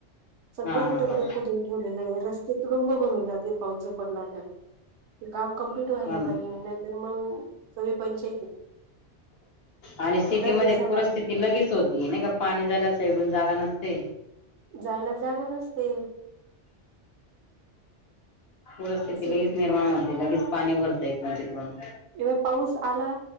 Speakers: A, on the right; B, on the left.
A: सगळं
B: हा
A: कुठे,
B: हा
A: कुठे खोदून ठेवलेलं आहे रस्ते तुडुंब भरून जातील पाऊस ज पडला तर ते काम कमप्लीट व्हायला
B: हो
A: पाहिजे
B: ना
A: नाहीतर मग सगळी पंचाईत
B: आणि सिटी
A: दर
B: मदीं
A: दिवसाला
B: पूरस्थिती लगेच होती नाही का पाणी जायला साइडून जागा नसते
A: जायला जागा नसते
B: पूस्थिती
A: तस
B: लगेच निर्माण होत ते लगेच पाणी इकडून तिकडून
A: एव पाऊस आला